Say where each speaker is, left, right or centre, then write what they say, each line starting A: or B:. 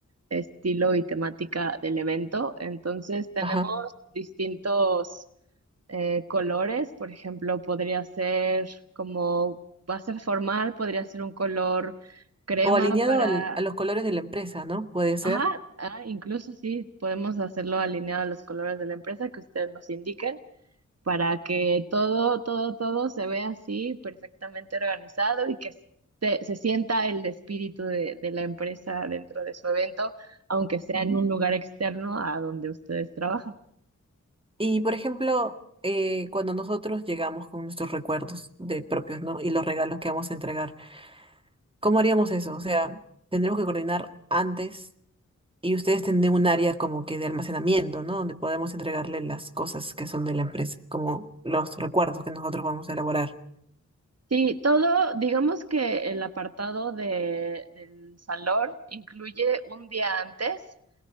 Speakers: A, on the right; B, on the right.
A: estilo y temática del evento. Entonces tenemos
B: Ajá.
A: distintos eh, colores, por ejemplo, podría ser como va a ser formal, podría ser un color crema
B: O alineado
A: para,
B: al- a los colores de la empresa, ¿no? Puede ser.
A: ajá, ah, incluso sí, podemos hacerlo alineado a los colores de la empresa que ustedes nos indiquen para que todo, todo, todo se vea así perfectamente organizado y que s- se sienta el espíritu de, de la empresa dentro de su evento, aunque sea en un lugar externo a donde ustedes trabajan.
B: Y por ejemplo, eh, cuando nosotros llegamos con nuestros recuerdos de propios, ¿no? Y los regalos que vamos a entregar, ¿cómo haríamos eso? O sea, tendremos que coordinar antes y ustedes tienen un área como que de almacenamiento, ¿no? Donde podemos entregarle las cosas que son de la empresa, como los recuerdos que nosotros vamos a elaborar.
A: Sí, todo, digamos que el apartado de, del salón incluye un día antes.